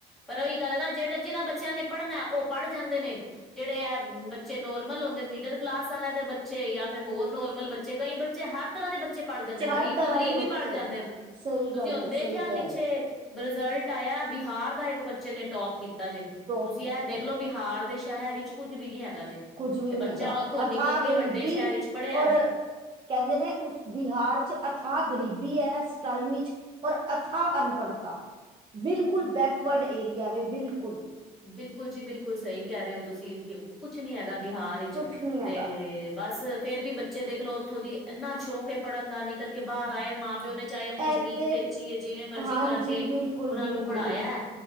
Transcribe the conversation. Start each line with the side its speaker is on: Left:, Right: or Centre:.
Centre: ਪਰ ਓਈ ਗਾਲ ਏ ਨਾ ਜਿਹੜੇ ਜਿਨ੍ਹਾਂ ਬੱਚਿਆਂ ਨੇ ਪੜਨਾ ਓ ਪੜ ਜਾਂਦੇ ਨੇ ਜਿਹੜੇ ਐ ਬੱਚੇ ਨੋਰਮਲ ਹੁੰਦੇ ਨੇ ਮਿਡਲ ਕਲਾਸ ਆਲੇ ਆਂ ਦੇ ਬੱਚੇ ਜਾ ਫੇਰ ਹੋਰ ਨੋਰਮਲ ਬੱਚੇ ਬੱਚੇ ਕਈ ਬੱਚੇ ਹਰ ਤਰਾਂ ਦੇ ਬੱਚੇ ਪੜ ਜਾਂਦੇ ਨੇ
Right: ਹਰ
Centre: ਗਰੀਬ
Right: ਤਰ੍ਹਾਂ
Centre: ਤੋਂ ਗ਼ਰੀਬ
Right: ਦੇ ਬੱਚੇ
Centre: ਵੀ ਪੜ ਜਾਂਦੇ ਨੇ,
Right: ਸਹੀ
Centre: ਤੁਸੀਂ
Right: ਗੱਲ
Centre: ਹੁਣ
Right: ਏ
Centre: ਦੇਖਿਆ
Right: ਸਹੀ ਕਹਿ
Centre: ਪਿੱਛੇ
Right: ਰਹੇ ਹੋ
Centre: ਰਿਜ਼ਲਟ ਆਇਆ ਬਿਹਾਰ ਦਾ ਇੱਕ ਬੱਚੇ ਨੇ ਟੋਪ ਕੀਤਾ ਜੇ,
Right: ਟੋਪ
Centre: ਤੁਸੀਂ
Right: ਕੀਤਾ
Centre: ਏ ਦੇਖ ਲੋ। ਬਿਹਾਰ ਦੇ ਸੇਗਰ ਵਿੱਚ ਕੁੱਜ ਵੀ ਨੀ ਹੈਗਾ ਜੇ।
Right: ਕੁੱਝ ਵੀ
Centre: ਤੇ
Right: ਨੀ
Centre: ਬੱਚਾ
Right: ਹੈਗਾ
Centre: ਓਥੋਂ
Right: ਅਥਾਹ
Centre: ਨਿਕਲ ਕੇ।
Right: ਗਰੀਬੀ
Centre: ਵੱਡੇ ਸ਼ਹਿਰ ਵਿੱਚ ਪੜ੍ਹਿਆ।
Right: ਔਰ ਕਹਿੰਦੇ ਨੇ ਉਸ ਬਿਹਾਰ ਚ ਅਥਾਹ ਗ਼ਰੀਬੀ ਹੈ ਇਸ ਟਾਈਮ ਵਿੱਚ ਔਰ ਅਥਾ ਅਨਪੜ੍ਹਤਾ ਬਿਲਕੁਲ ਬੈਕਵਰਡ ਏਰੀਆ ਵੈ ਬਿਲਕੁਲ
Centre: ਬਿਲਕੁਲ ਜੀ ਬਿਲਕੁਲ ਸਹੀ ਕਹਿ ਰਹੇ ਹੋ ਤੁਸੀਂ ਕੁਛ ਨੀ ਹੈਗਾ। ਬਿਹਾਰ ਵਿੱਚ
Right: ਕੁਛ ਨੀ ਹੈਗਾ
Centre: ਤੇ ਬਸ ਫੇਰ ਵੀ ਬ ਬੱਚੇ ਦੇਖਲੋ ਉੱਥੋਂ ਦੀ ਇੰਨਾ ਸ਼ੌਕ ਏ ਪੜ੍ਹਨ ਦਾ ਨਿਕਲ ਕੇ ਬਾਹਰ ਆ ਜਾਣ ਮਾਂ ਤੇ ਉਹਨੇ ਚਾਹੇ ਆਪਣੀ
Right: ਇਹ
Centre: ਜ਼ਮੀਨ
Right: ਤੇ
Centre: ਵੇਚੀ ਏ ਜਿਵੇਂ ਮਰਜੀ
Right: ਹਾਂਜੀ
Centre: ਕਰਕੇ
Right: ਬਿਲਕੁਲ
Centre: ਉਹਨਾਂ
Right: ਬਿਲਕੁਲ
Centre: ਨੂੰ ਪੜ੍ਹਾਇਆ